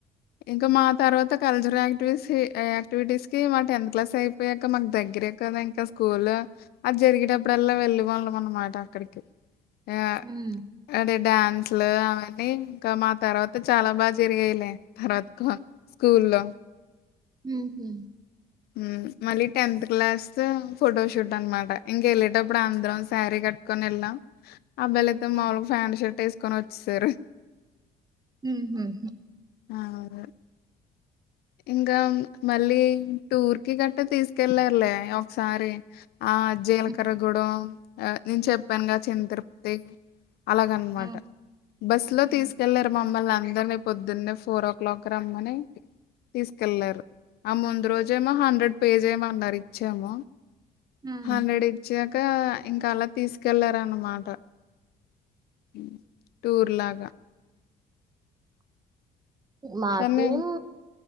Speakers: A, on the left (about 70°); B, on the right (about 25°).
A: ఇంకా మా తర్వాత కల్చరల్ యాక్టివిటీస్ ఏ యాక్టివిటీస్కి మా టెన్త్ క్లాస్ అయిపోయాక మాకు దగ్గరే కదా ఇంకా స్కూలు అది జరిగేటప్పుడు అల్లా వెళ్ళే వాళ్ళం అన్నమాట అక్కడికి ఆ
B: ఉమ్,
A: అంటే డ్యాన్స్ లు అవన్నీ ఇంకా మా తర్వాత అంటే చాలా బాగా జరిగాయిలే తర్వాత స్కూల్లో
B: ఉహు
A: మ్మ్ మళ్ళీ టెన్త్ క్లాస్ లో ఫొటోషూట్ అన్నమాట ఇంక వెళ్ళేటప్పుడు అందరం శారీ కట్ కొని వెళ్ళాం అబ్బాయిలు అయితే
B: ఉమ్,
A: మాములుగా ఫ్యాంట్ షర్ట్ వేసుకొని వచ్చేసారు
B: మ్మ్ హ్మ్
A: అవారు ఇంగా మళ్ళీ టూర్ కి గట్టా తీసుకెళ్ళారులే ఒకసారి ఆ జీలకర్రగూడెం
B: ఉమ్,
A: ఆ నేను చెప్పానుగా చిన్న తిరుపతి అలాగ అన్నమాట
B: ఉమ్,
A: బస్ లో
B: ఉమ్.
A: తీసుకెళ్ళారు మమ్మల్ని అందరని పొద్దున్నే ఫోర్ ఓ క్లాక్ కీ రమ్మని తీసుకెళ్లారు ఆ ముందు రోజేమో హండ్రెడ్ పే చేయమాన్నరు ఇచ్చాము
B: ఉమ్.
A: హండ్రెడ్ ఇచ్చాక ఇంకా అలా తీసుకెళ్లారు అన్నమాట ఉనా టూర్ లాగా
B: మారుతిని
A: కానీ
B: ఏం